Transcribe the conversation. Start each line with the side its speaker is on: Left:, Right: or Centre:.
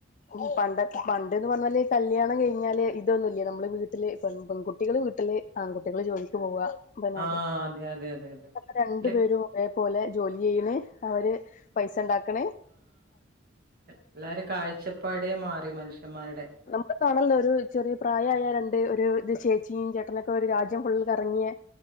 Left: ഉം പണ്ടതെ പണ്ടന്ന് പറഞ്ഞാല് കല്യാണം കെയിഞ്ഞാല് ഇതൊന്നുംല്ല്യ. നമ്മള് വീട്ടിലെ പെൺ പെൺകുട്ടികള് വീട്ടില് ആൺകുട്ടികളി ജോലിക്ക് പോവാ ബനാ
Right: ആഹ് അതെ, അതെ, അതെ, അതെ.
Left: അപ്പൊ രണ്ടു
Right: ല
Left: പേരും ഒരേപോലെ ജോലി ചെയ്യ്ന് അവര് പൈസ ഇണ്ടാക്കണ്
Right: എല്ലാരും കാഴ്ചപ്പാടേ മാറി മനുഷ്യന്മാരുടെ
Left: ഇപ്പൊ കാണണുണ്ട് ഒരു ചെറിയ പ്രായായ രണ്ട് ഒരു ചേച്ചിയും ചേട്ടനൊക്കെ ഒരു രാജ്യം ഫുള്ള് കറങ്ങിയ